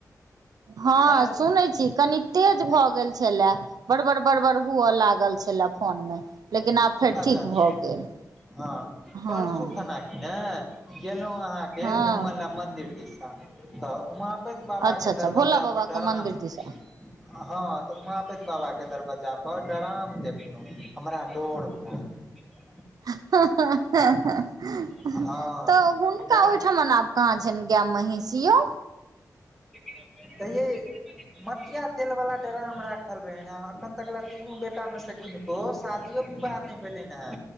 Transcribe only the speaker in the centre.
काल्हि
अच्छा
अच्छा
हँ
परसू खना किने गेलहुं अहाँके
घुमय ल मंदिर दिशा तऽ वहाँ पैत बाबा
के
दरवाजा
पर डराम
आ हँ तऽ वहापैत बाबा के दरवजा पर डराम देखलहु हमरा डोर र <inaudible>
हँ
ई डराम
<inaudible> तऽयै मटिया तेल वाला ड्राम राखल रहे एखन तक ल तीनू बेटा मे से किनु ओ शादियो विवाह नहि भेलैन हँ